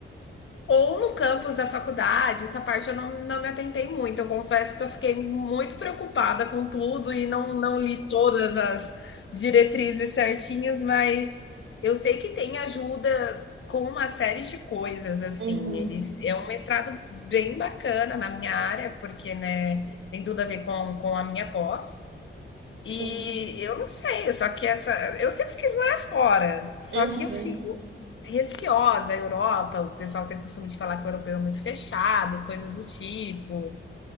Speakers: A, on the left; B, on the right.
A: Ou no campus da faculdade, essa parte eu não, não me atentei muito. Eu confesso que eu fiquei muito preocupada com tudo e não, não li todas as diretrizes certinhas, mas eu sei que tem ajuda com uma série de coisas, assim.
B: Uhum.
A: Eles é um mestrado bem bacana na minha área, porque né, tem tudo a ver com, com a minha pós. E
B: Sim.
A: eu não sei, só que essa eu sempre quis morar fora, só
B: Uhum.
A: que eu fico receosa. A Europa, o pessoal tem costume de falar que o europeu é muito fechado, coisas do tipo.